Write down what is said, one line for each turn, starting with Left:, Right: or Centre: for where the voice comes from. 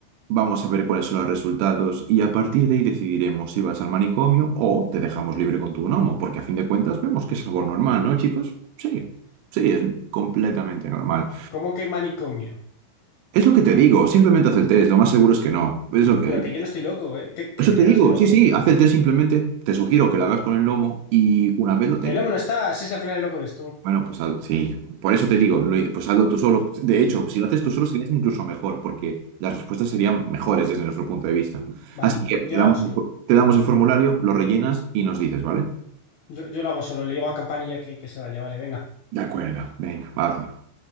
Right: vamos a ver cuáles son los resultados y a partir de ahí decidiremos si vas al manicomio o te dejamos libre con tu gnomo, porque a fin de cuentas vemos que es algo normal, ¿no, chicos? Sí, sí, es completamente normal.
Left: ¿Cómo que manicomio?
Right: Es lo que te digo, simplemente haz el test, lo más seguro es que no. Es lo que...
Left: Pero que yo no estoy loco, ¿eh? Que, que
Right: Eso te
Left: yo
Right: digo,
Left: no estoy loco.
Right: sí, sí, haz el test simplemente, te sugiero que lo hagas con el gnomo y una vez lo tengas...
Left: Que el lobo no está, si es que al final el loco eres tú.
Right: Bueno, pues haz- sí, por eso te digo, lo- pues hazlo tú solo. De hecho, si lo haces tú solo sería incluso mejor, porque las respuestas serían mejores desde nuestro punto de vista.
Left: Vale,
Right: Así
Left: yo,
Right: que te
Left: yo
Right: damos,
Left: lo hago solo.
Right: el- te damos el formulario, lo rellenas y nos dices, ¿vale?
Left: Yo, yo lo hago solo, le digo a Campanilla que, que se vaya, vale, venga.
Right: De acuerdo. Venga, va.